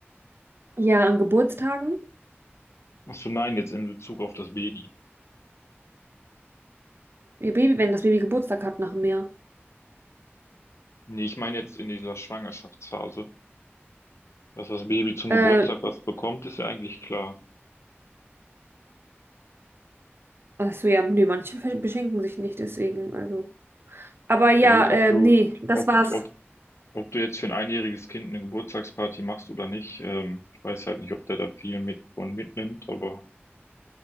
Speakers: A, on the right (about 60°); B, on the left (about 90°).
A: Ja, an Geburtstagen.
B: Ach so, nein, jetzt in Bezug auf das Baby.
A: Ihr Baby, wenn das Baby Geburtstag hat nach einem Jahr.
B: Nee, ich meine jetzt in dieser Schwangerschaftsphase. Dass das Baby zum
A: Äh,
B: Geburtstag was bekommt, ist ja eigentlich klar.
A: ach so, ja, nee, manche ver- beschenken sich nicht, deswegen, also. Aber ja,
B: Ja gut, ob
A: ähm,
B: du,
A: nee, das
B: ob,
A: war's.
B: ob, ob du jetzt für ein einjähriges Kind eine Geburtstagsparty machst oder nicht, ähm, ich weiß halt nicht, ob der da viel mit von mitnimmt, aber